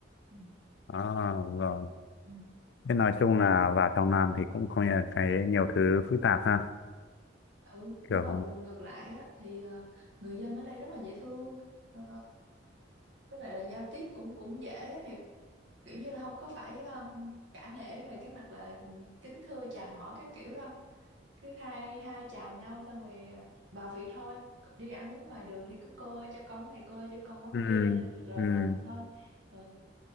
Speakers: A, on the right (about 70°); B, on the left (about 60°).
A: ừ,
B: à, rồi
A: ừ.
B: thế nói chung là vào trong Nam thì cũng có nhiều cái nhiều thứ phức tạp ha
A: ừ nhưng
B: kiểu
A: mà bù ngược lại á thì ờ, người dân ở đây rất là dễ thương Ờ, với lại là giao tiếp cũng cũng dễ á, thì kiểu như là không có phải um, cả nể về cái mặt là kính thưa chào hỏi các kiểu đâu cứ hai hai chào nhau xong rồi ờ, vào việc thôi đi ăn uống ngoài đường thì cứ cô ơi cho con này cô ơi cho con món
B: ừ,
A: kia rồi
B: ừ.
A: rồi thôi ừ.